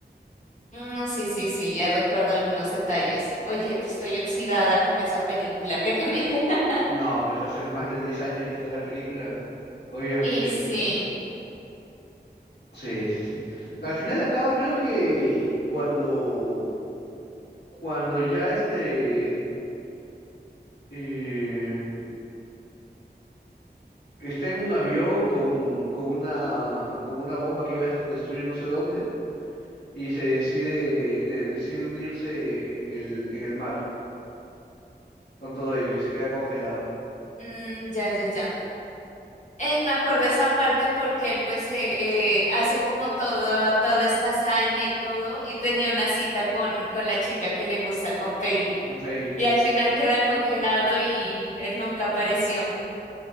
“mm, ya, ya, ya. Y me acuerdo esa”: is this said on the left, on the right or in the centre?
Left